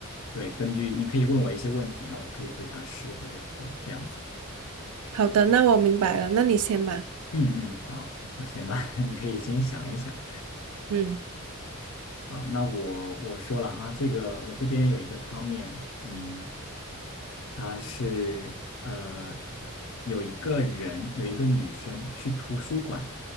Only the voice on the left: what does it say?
对，根据你可以问我一些问题，然后我可以回答是或者否这样子。
嗯嗯，好，我先吧，<laughs> 你可以先想一想。
啊，那我我说了哈，这个我这边有一个汤面，嗯，它是呃有一个人有一个女生去图书馆